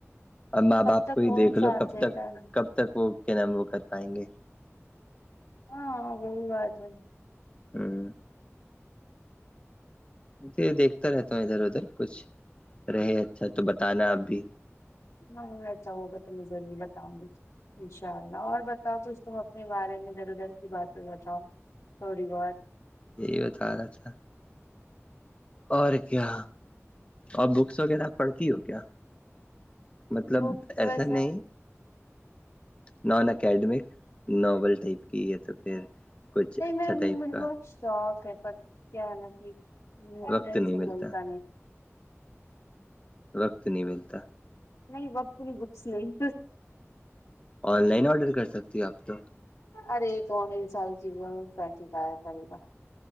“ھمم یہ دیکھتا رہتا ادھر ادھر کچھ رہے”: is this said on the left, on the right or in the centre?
Left